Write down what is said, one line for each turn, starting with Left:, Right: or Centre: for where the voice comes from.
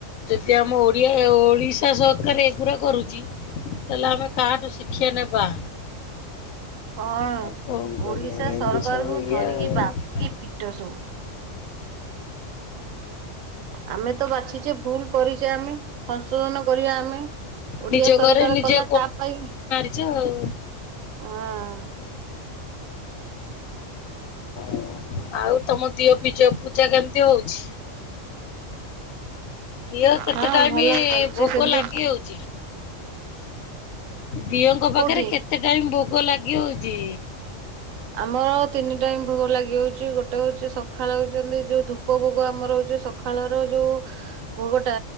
Left: ଯଦି ଆମ ଓଡ଼ିଆ ଓଡ଼ିଶା ସରକାର ଏଗୁରା କରୁଚି। ତାହେଲେ ଆମେ କାହାଠୁ ଶିକ୍ଷ୍ୟା ନେବା।
Right: ହଁ
Left: ଆଉ କଣ କରିବା
Right: ଓଡିଶା
Left: ଏମିତି
Right: ସରକାରଙ୍କୁ
Left: ସବୁ ଇଏ
Right: ଧରିକି
Left: ଆଉ।
Right: ବାନ୍ଧିକି ପିଟ ସବୁ। ଆମେ ତ ବାଛିଚେ ଭୁଲ କରିଚେ ଆମେ। ସଂଶୋଧନ କରିବା ଆମେ ଓଡିଆ
Left: ନିଜ
Right: ସରକାର
Left: ଘରେ ନିଜେ
Right: କଲା ତା ପାଇଁ
Left: <inaudible> ଆଉ
Right: ହଁ
Left: <inaudible> ଆଉ ତମ ଦିଅ ପିଜ ପୂଜା କେମିତି ହଉଚି। ଦିଅଁ କେତେ
Right: ହଁ
Left: ଟାଇମ
Right: ଭଲ ଚାଲିଛି
Left: ଭୋଗ
Right: ସେମିତି
Left: ଲାଗି ହୋଉଚି। ଦିଅଁ ଙ୍କ ପାଖରେ
Right: କୋଉଠି
Left: କେତେ ଟାଇମ ଭୋଗ ଲାଗି ହୋଉଚି।
Right: ଆମର ତିନି ଟାଇମ୍ ଭୋଗ ଲାଗି ହୋଉଚି ଗୋଟେ ହୋଉଚି ସକାଳେ ହଉଚନ୍ତି ଯୋଉ ଧୁ ପ ଭୋଗ ଆମର ହୋଉଚି ସକାଳର ଯୋଉ ଭୋଗଟା